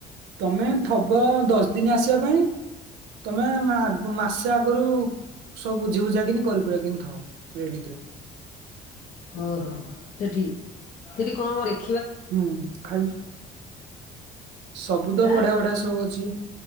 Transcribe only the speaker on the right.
ତମେ ଥବ ଦଶ ଦିନି ଆସିବା ପାଇଁ। ତମେ ମା ମାସେ ଆଗରୁ ସବୁ ବୁଝି ବୁଝା କିନି କରିି କୁରା କି ଥବ ରେଡି ଥିବ।
ହୁଁ ଖାଇ। ସବୁ ତ
ବଢିଆ ବଢିଆ ସବୁ ଅଛି